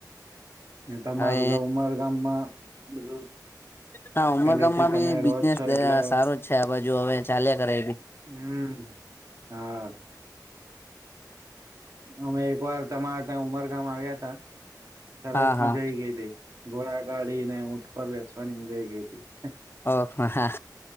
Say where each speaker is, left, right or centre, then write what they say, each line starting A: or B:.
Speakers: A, on the right (about 50°); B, on the left (about 30°).
A: ને તમારુંતો
B: હવે
A: ઉમર ગામમાં બધું
B: હા ઉમરકામમાં
A: પેલેથી તમે
B: બી
A: રહો
B: બિઝનેસ
A: જ છો એટલે
B: સારો જ છે, આ બાજુ હવે ચાલ્યા કરે એબી
A: હમ હા. અમે એક વાર તમારા ત્યાં ઉમરગામ આવ્યા તા સરસ
B: હા
A: મજા
B: હા
A: આવી ગઈ હતી ઘોડા ગાડી ને ઊટ પર બેસવાની મજઈ ગઈ હતી
B: ઓહ હા